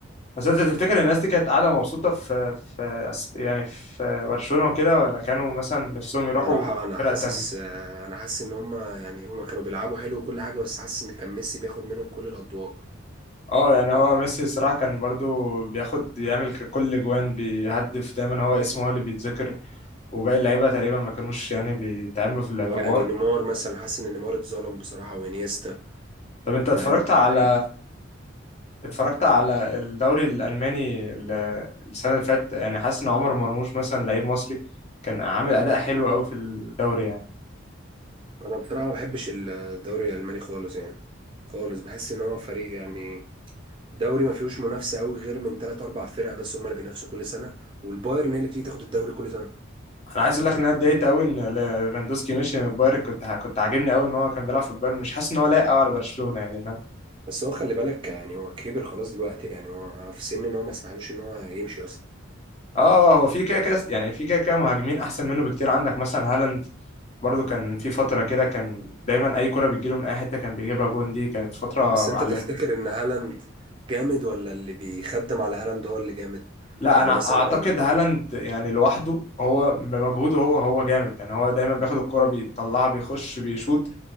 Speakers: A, on the left; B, on the right.
A: بس أنت تفتكر الناس دي كانت قاعدة مبسوطة في في أس- يعني في برشلونة وكده ولا كانوا مثلا نفسهم يروحوا
B: صراحة انا
A: فرقة
B: حاسس
A: تانية
B: انا حاسس ان هم يعني هم كانوا بيلعبوا حلو وكل حاجة بس حاسس ان كان ميسي بياخد منهم كل الاضواء
A: اه يعني هو ميسي الصراحة كان برضو بياخد يعمل ك- كل جوان بيهدف دايما هو اسمه هو اللي بيتذكر وباقي اللعيبة تقريبا ما كانوش يعني بيتعاملوا في الاعتبار
B: هو يعني نيمار مثلا حاسس ان نيمار اتظلم بصراحة وانيستا
A: طب انت اتفرجت
B: مع انهم
A: على
B: حقيقي
A: اتفرجت على الدوري الألماني ال- السنة اللي فاتت يعني حاسس إن عمر مرموش مثلا لعيب مصري كان عامل أداء حلو أوي في الدوري يعني
B: انا بصراحه ما بحبش الدوري الالماني خالص يعني خالص بحس ان هو فريق يعني دوري ما فيهوش منافسه قوي غير من ثلاث اربع فرق بس هم اللي بينافسوا كل سنه والبايرن هي اللي بتيجي تاخد الدوري كل سنه
A: أنا عايز أقول لك إن أنا اتضايقت أوي إن ليفاندوسكي مشي من البايرن كنت ع- كنت عاجبني أوي إن هو كان بيلعب في البايرن مش حاسس إن هو لايق أوي على برشلونة يعني فاهم
B: بس هو خلي بالك يعني هو كبر خلاص دلوقتي يعني هو في سن ان هو ما يسمحلوش ان هو يمشي اصلا
A: آه آه، هو في كده كده يعني في كده كده مهاجمين أحسن منه بكتير عندك مثلا هالاند برضو كان في فترة كده كان دايما أي كرة بتجيله من أي حتة كان بيجيبها جون دي كانت فترة
B: بس
A: معلمة
B: انت تفتكر ان هالاند جامد ولا اللي بيخدم على هالاند هو اللي جامد
A: لا
B: يعني
A: انا
B: مثلا
A: اعتقد
B: لو
A: هالاند يعني لوحده هو بمجهوده هو هو جامد يعني هو دايما بياخد الكرة بيطلعها بيخش بيشوط